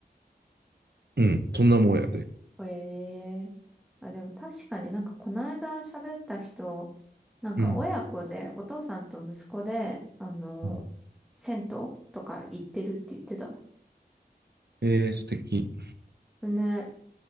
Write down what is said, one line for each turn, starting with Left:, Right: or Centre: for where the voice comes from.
Right: うん、そんなもんやで。
Centre: へえ。あ、でも確かになんかこの間喋った人、なんか親子で、
Right: うん。
Centre: お父さんと息子で、あの、
Right: うん
Centre: 銭湯とか行ってるって言ってた
Right: えー、素敵。
Centre: の。ね、